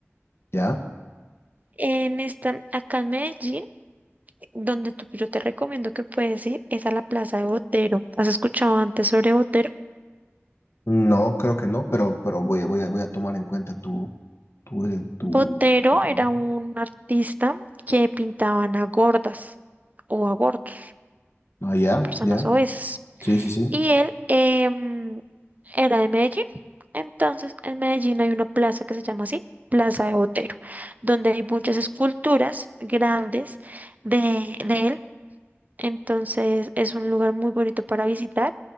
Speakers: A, on the left; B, on the right.
A: ya.
B: En esta, acá en Medellín, donde tú, yo te recomiendo que puedes ir, es a la Plaza de Botero. ¿Has escuchado antes sobre Botero?
A: No, creo que no, pero, pero voy, a- voy a, voy a tomar en cuenta tu, tu, eh, tu,
B: Botero
A: tu comentario.
B: era un artista que pintaban a gordas o a gordos,
A: Ah, ya,
B: personas
A: ya.
B: obesas.
A: Sí, sí, sí.
B: Y él em, era de Medellín. Entonces, en Medellín hay una plaza que se llama así, Plaza de Botero, donde hay muchas esculturas grandes de, de él. Entonces, es un lugar muy bonito para visitar,